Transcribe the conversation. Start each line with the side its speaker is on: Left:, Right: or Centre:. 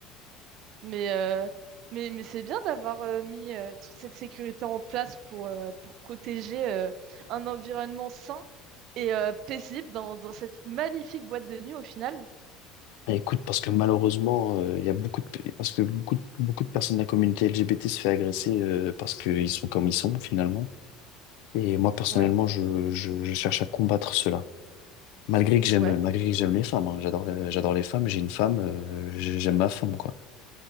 Right: Mais, euh, mais, mais c'est bien d'avoir euh, mis euh, toute cette sécurité en place pour, euh, pour protéger euh, un environnement sain et euh, paisible dans, dans cette magnifique boîte de nuit au final.
Left: Et Écoute, parce que malheureusement, euh, il y a beaucoup de, parce que beaucoup de, beaucoup de personnes de la communauté LGBT se fait agresser euh, parce qu'ils sont comme ils sont, finalement. Et moi, personnellement,
Right: Ouais,
Left: je, je je cherche à combattre cela. Malgré que j'aime,
Right: ouais.
Left: malgré que j'aime les femmes, hein, j'adore, le- j'adore les femmes, j'ai une femme, euh, j'ai- j'aime ma femme, quoi.